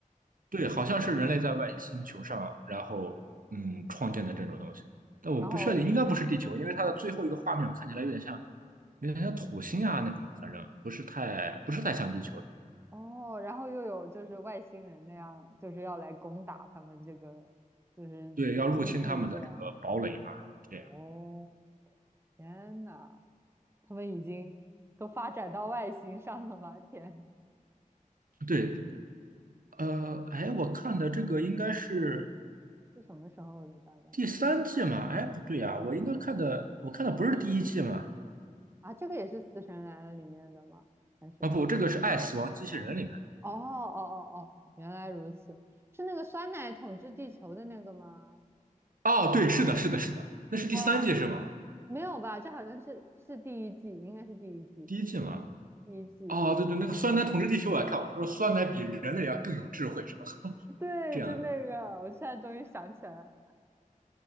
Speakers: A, on the right (about 80°); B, on the right (about 20°).
A: 对，好像是人类在外星球上，然后嗯创建的这种东西，但我不确定，
B: 然后
A: 应该不是地球，因为它的最后一个画面看起来有点像。有点像土星啊那种，反正不是太不是太像地球。
B: 哦，然后又有就是外星人那样，就是要来攻打他们这个就是基地这样。
A: 对，要入侵他们的这个堡垒嘛，这样。
B: 哦，天呐，他们已经都发展到外星上了吗？天，
A: 对，呃，哎，我看的这个应该是
B: 是什么时候的大概？
A: 第三季嘛？哎，不对呀、我应该看的，我看的不是第一季嘛？
B: 啊，这个也是《死神来了》里面的吗？还是？
A: 啊，不，这个是《爱死亡机器人》里面。
B: 哦哦哦哦，原来如此，是那个酸奶统治地球的那个吗？
A: 哦，对，是的，是的，是的，那是第三季是吗？
B: 哦，没有吧？这好像是是第一季，应该是第一季，
A: 第一季嘛？
B: 第一季真的某一
A: 哦，对对，那个酸奶统治地球我也看过，
B: <laughs> 季
A: 他说酸奶比人类要更有智慧是吧？
B: 对，
A: 这样，
B: 就那个，我现在终于想起来，